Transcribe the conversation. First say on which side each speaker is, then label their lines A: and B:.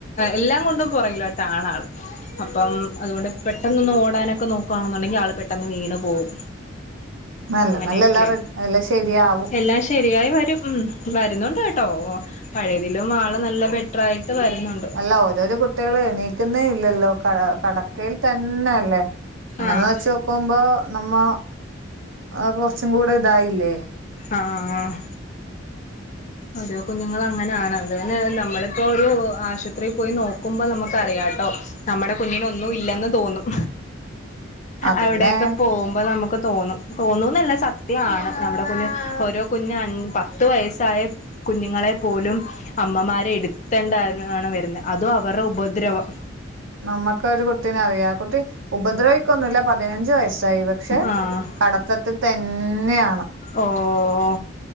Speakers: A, on the left; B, on the right.
A: എല്ലാം കൊണ്ടും പുറകിലോട്ടാണാള് അപ്പം അതുകൊണ്ട് പെട്ടെന്നൊന്ന് ഓടാനൊക്കെ നോക്കുവാണെന്നുണ്ടെങ്കി ആള് പെട്ടെന്ന് വീണ് പോവും
B: നല്ല
A: അങ്ങെനെയെക്കെയാ
B: മെല്ലെ എല്ലാം റെ എല്ലാം ശരിയാവും
A: എല്ലാം ശെരിയായി വരും ഉം വരുന്നുണ്ട് കെട്ടോ പഴേതിലും ആള് നല്ല ബെറ്റ്റായിട്ട് വരുന്നുണ്ട്
B: ല്ല ഓരോരോ കുട്ടികള് എണീക്ക്ന്നേ ഇല്ലല്ലോ കാ കടക്കയിൽ തന്നെ അല്ലെ അങ്ങെനെ
A: ആഹ്
B: വെച്ച് നോ ക്കുമ്പോ നമ്മ ആഹ് കൊർച്ചും കൂടെ ഇതായില്ലേ
A: ആഹ് ഓരോ കുഞ്ഞുങ്ങള് അങ്ങനാണ് അതേലെന്നെ നമ്മളിപ്പോ ഒരു ആശുത്രീ പോയി നോക്കുമ്പം നമ്ക്കറിയാട്ടോ നമ്മെടെ കുഞ്ഞിനൊന്നും ഇല്ലെന്ന് തോന്നും
B: അതന്നെ
A: അവിടെയൊക്കെ പോവുമ്പാെ നമുക്ക് തോന്നും തോന്നൂന്നല്ല സത്യ ആണ് നമ്മുടെ കുഞ്ഞ് ഓരോ കുഞ്ഞ് അൻ പത്ത് വയസ്സായ കുഞ്ഞുങ്ങളെ പോലും അമ്മമാര് എട്ത്തെണ്ടാണ് വെര്ന്നേ അതും അവറ്ടെ ഉപദ്രവം
B: നമ്മക്കാെര് കുട്ടിനെ അറിയാം ആഹ് കുട്ടി ഉപദ്രവി ക്കൊന്നുല്ല പതിനഞ്ച് വയസ്സായി പക്ഷെ
A: ആഹ്
B: കടത്തത്തി തന്നെയാണ്
A: ഓഹ്